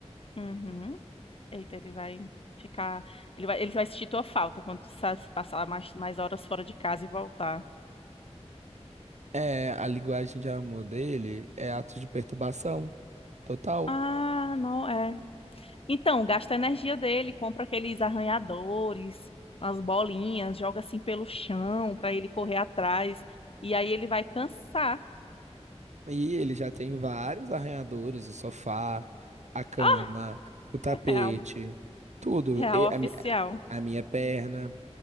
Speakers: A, on the left; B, on the right.
A: Uhum. Eita, ele vai ficar. Ele vai, ele vai sentir tua falta quando tu sa- passar mais, mais horas fora de casa e voltar.
B: É, a linguagem de amor dele é atos de perturbação total.
A: Ah, não, é. Então, gasta a energia dele, compra aqueles arranhadores, as bolinhas, joga assim pelo chão pra ele correr atrás. E aí ele vai cansar.
B: E ele já tem vários arranhadores, o sofá, a cama,
A: <laughs> Ah,
B: o tapete,
A: real,
B: tudo.
A: real
B: E
A: oficial.
B: a, mi- a minha perna.